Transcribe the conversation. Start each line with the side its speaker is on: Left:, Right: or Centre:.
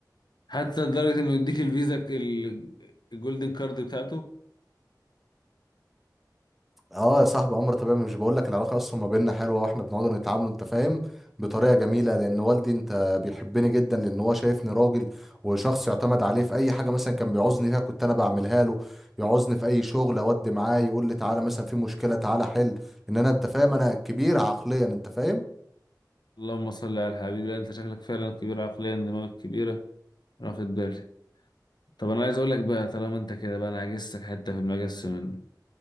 Left: حتى لدرجة انه يديك الفيزا ال- الجولدن كارد بتاعته
Centre: اه يا صاحبي امر طبيعي مش بقول لك العلاقه اصلا ما بيننا حلوه واحنا بنقعد نتعامل انت فاهم بطريقه جميله لان والدي انت بيحبني جدا لان هو شايفني راجل وشخص يعتمد عليه في اي حاجه مثلا كان بيعوزني فيها كنت انا بعملها له يعوزني في اي شغل اودي معاه يقول لي تعالى مثلا في مشكله تعالى حل ان انا انت فاهم انا كبير عقليا انت فاهم
Left: اللهم صل على الحبيب لا انت شكلك فعلا كبير عقليا دماغك كبيرة انا واخد بالي طب انا عايز اقول لك بقى طالما انت كده بقى انا عجزتك حتة في المجس منه